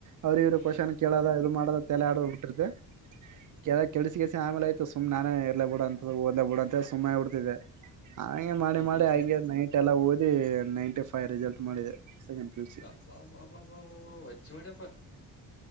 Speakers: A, on the right (about 55°); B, on the left (about 35°).
A: ಅವ್ರ ಇವ್
B: ಹ್ಮ್
A: ಕ್ವಷನ್ ಕೇಳ ಇದು ಮಾಡ ತಲೆ ಆಡ್ ಬಿಟ್ಟಿರ್ತ್ತ ಕೆ ಕೆಸಿಗೆ ಆಯತು ನಾನ ಇರಲಿ ಬಿಡಂತ ದೇ ಬಿಡ ಸುಮ್ಮನೆ ಉಡ್ತಿದೆ ಹಾಗೆ ಮಾಡಿ
B: ಹ್ಮ್
A: ಮಾಡಿ
B: ಹ್ಮ್
A: ಹಾಗ
B: ಹ್ಮ್
A: ನೈಟ್ ಎಲ್ಲಾ ಓದಿ ನೈಂಟಿ ಫ ಫೈ ರಿಸಲ್ಟ್ ಮಾಡಿದೆ ಸೆಕೆಂಡ್ ಪಿ ಯು ಸಿ
B: ಅಬ್ಬಬ್ಬಬಬ ಅಜ್ಜು ಮಾಡಪ್ಪ